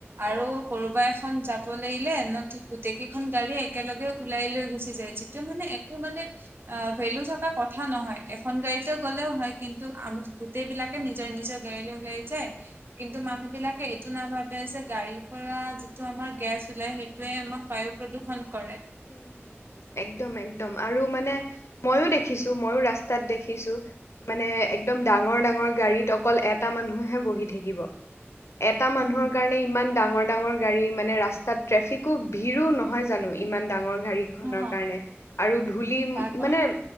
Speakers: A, on the right; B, on the left.
A: আৰু
B: অ অ
A: কোনোবা এখন যাব লাগিলে ন গোটেই কেইখন গাড়ী একেলগে ওলাই লৈ গুচি যায় যিটো মানে একো মানে অ ভেলু থকা কথা নহয় এখন গাড়ীতেও গ'লেও হয় কিন্তু আমি গোটেইবিলাকে নিজৰ নিজৰ গাড়ী লৈ ওলাই যায়
B: হুম
A: কিন্তু
B: হুম
A: মানুহ বিলাকে এইটো নাভাবে যে গাড়ী পৰা যিটো আমাৰ গেছ ওলাই সেইটোৱে আমাক বায়ু প্ৰদূষণ কৰে
B: উম হুম হুম একদম একদম আৰু মানে মইয়ো দেখিছো মইয়ো ৰাস্তাত দেখিছো মানে একদম ডাঙৰ ডাঙৰ গাড়ীত অকল এটা মানুহহে বহি থাকিব এটা মানুহৰ
A: উম।
B: কাৰণে ইমান ডাঙৰ ডাঙৰ গাড়ী মানে ৰাস্তাত ট্ৰেফিকো ভিৰো নহয় জানো ইমান ডাঙৰ গাড়ী খনৰ
A: অ
B: কাৰণে আৰু ধূলি
A: তাৰ কাৰণ
B: মানে